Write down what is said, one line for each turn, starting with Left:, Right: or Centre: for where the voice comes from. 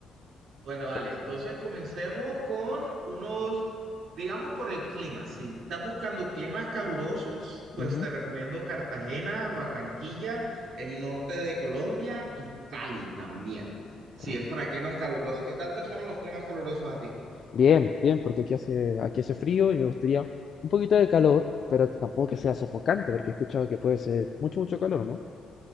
Right: Bueno, vale,
Left: Cu-
Right: entonces comencemos con unos, digamos por el clima. Si estás buscando climas calurosos, pues
Left: Ujú,
Right: te recomiendo Cartagena, Barranquilla, el norte de Colombia y Cali también. Si
Left: Cali.
Right: es para climas calurosos, ¿qué tal te suenan los climas calurosos a ti?
Left: Bien, bien, porque aquí hace, aquí hace frío y me gustaría un poquito de calor, pero que tampoco que sea sofocante, porque he escuchado que puede ser mucho, mucho calor, ¿no?